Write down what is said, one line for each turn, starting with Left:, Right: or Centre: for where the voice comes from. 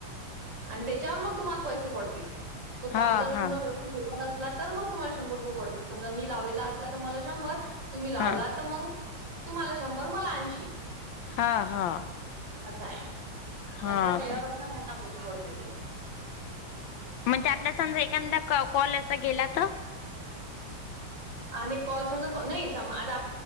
Right: आणि त्याच्यावर मग तुम्हाला पैसे पडतील तो
Left: हा
Right: कॉल जर
Left: हा
Right: पूर्ण कर न असला तर मग तुम्हाला शंभर रुपये पडतील समजा मी लावलेला असला तर मला शंभर तुम्ही लावला
Left: हा
Right: तर मग तुम्हाला शंभर मला ऐंशी
Left: हा हा
Right: असं आहे
Left: हा
Right: ज्यांचा क्लिअर
Left: काय
Right: होत ना त्यांना पैसे पडतील ते
Left: म्हणजे आला समजा एखादा क कॉल असा गेला तर
Right: आणि कॉल समजा नाही सम आता